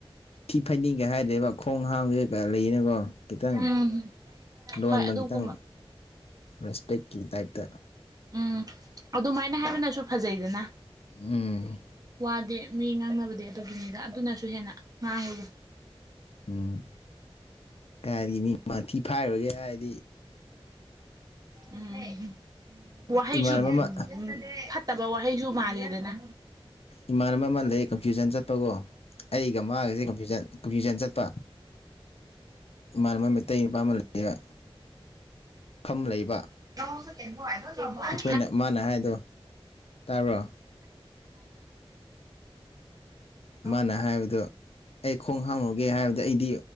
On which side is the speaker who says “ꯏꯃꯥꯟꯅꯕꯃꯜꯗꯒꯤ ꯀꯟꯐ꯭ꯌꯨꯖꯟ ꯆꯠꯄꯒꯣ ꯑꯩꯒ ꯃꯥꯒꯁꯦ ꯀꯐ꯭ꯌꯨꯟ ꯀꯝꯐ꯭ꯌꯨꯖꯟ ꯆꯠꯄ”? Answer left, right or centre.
Left